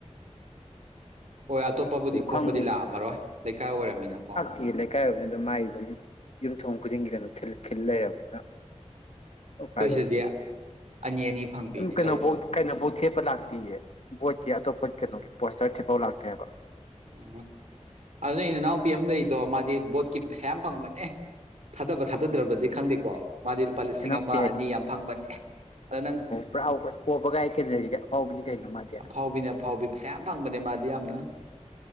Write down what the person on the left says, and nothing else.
ꯑꯗꯨ
ꯈꯪꯗꯦ
ꯁꯤ ꯂꯩꯀꯥꯏꯣꯅꯤꯅ ꯑꯗꯨꯝ ꯃꯥꯒꯤ ꯑꯗꯨꯝ ꯌꯨꯝꯊꯣꯡ ꯈꯨꯗꯤꯡꯒꯤ ꯀꯩꯅꯣꯜ ꯈꯤꯜ ꯂꯩꯔꯕꯅꯤꯅ ꯎꯄꯥꯏ
ꯂꯩꯇꯦꯅ
ꯀꯩꯅꯣꯐꯧ
ꯀꯩꯅꯣꯐꯧ ꯊꯦꯠꯄ ꯂꯥꯛꯇꯤꯌꯦ ꯕꯣꯠꯀꯤ ꯑꯇꯣꯞꯄ ꯀꯩꯅꯣꯒꯤ ꯄꯣꯁꯇꯔ ꯊꯦꯠꯄꯥꯎ ꯂꯥꯛꯇꯦꯕ
ꯏꯅꯥꯎꯄꯤ
ꯄꯨꯔꯥꯥꯎꯕ ꯀꯣꯕꯒꯥꯏ ꯀꯦꯟꯖꯔꯤꯒ ꯑꯥꯎꯕꯅꯤ ꯀꯩꯅꯣ ꯃꯥꯗꯤ